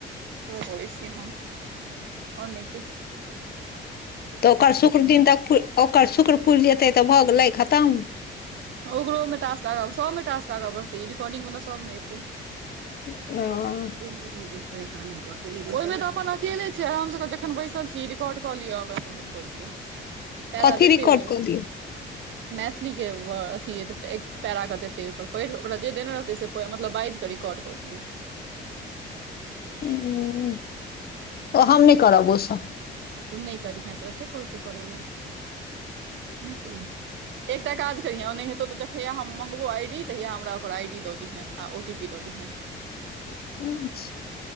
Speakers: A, on the right (about 70°); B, on the left (about 50°).
A: करै छिय हम हँ नहि किछ
B: तऽ ओकर शुक्र दिन तक प ओकर शुक्र पुरि जेतै तऽ भऽ गेलै खतम
A: ओकरोमे टॉक्स आ सभ टॉक्स आगाँ बढ़तै रिकॉर्डिंग वला सब मे एतै
B: ओ
A: ओहि तऽ अपन अकेले छै हम सब जखन बैसल छी रिकॉर्ड कऽ लिअ ओकरा सब कऽ दियौ पैरा
B: कथी
A: देतै
B: रिकॉर्ड
A: ओ
B: कऽ दियौ
A: मैथिली के वर्ड अथी एक पैरा क देतै ओहि पर पढ़ि ओकरा जे देने रहतै से पढ़ि मतलब बाइज कऽ रिकॉर्ड कऽ दियौ
B: हुँ हम नहि करब ओसभ
A: तू नहि करिहां तोरा के कहै छो करै लय एकटा काज करिहैं ओ नै हेतो त देखहिया हम मंगबौ आईडी तहिया हमरा ओकर आईडी द दीहैं आ ओ टी पी द दिहां
B: <inaudible>